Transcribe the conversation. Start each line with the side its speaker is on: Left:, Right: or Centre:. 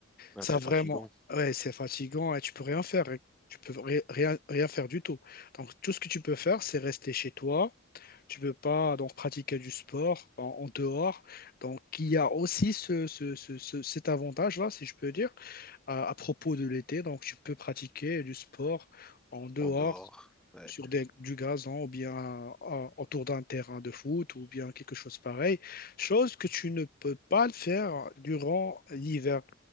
Centre: Ah,
Left: Ça
Centre: c'est
Left: vraiment,
Centre: fatigant
Left: ouais, c'est fatigant et tu peux rien faire. Tu peux ri- rien, rien faire du tout. Donc, tout ce que tu peux faire, c'est rester chez toi. Tu peux pas donc pratiquer du sport en, en dehors. Donc, il y a aussi ce, ce- ce- ce- cet avantage-là, si je peux dire, à, à propos de l'été. Donc, tu peux pratiquer du sport en dehors
Centre: en dehors. Ouais,
Left: sur des- du gazon ou bien euh, autour d'un terrain de foot ou bien quelque chose pareil. Chose que tu ne peux pas le faire durant l'hiver.